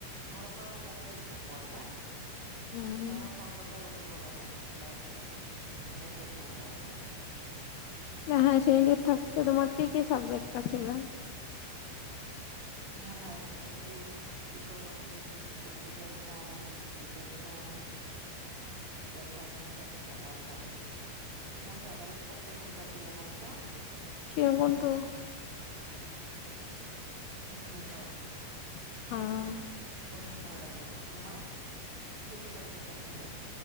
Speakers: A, on the right (about 60°); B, on the left (about 80°).
A: ঘৰৰ পৰা ওলাইএ টেম্পু পোৱা যায়
B: উম,
A: ঘৰৰ ফ্ৰন্টতে ৰখিব লাগে ওলাই কিনে তাছত টেম্পু পোৱা যায়
B: হাইছেকণ্ডৰীত থকাতে তোমাৰ কি কি চাবজেক্ট আছিলে
A: মোৰ higher secondary economics political science education advance Assamese Assamese মোৰ ফেভৰেট চাবজেক্ত কোনটো আছিলে গম পোৱা
B: কিও কোনটো
A: ইদুকেচন
B: উম্
A: ভাল লাগিছে তোমাৰ কি কি চাবজেক্ আছিলে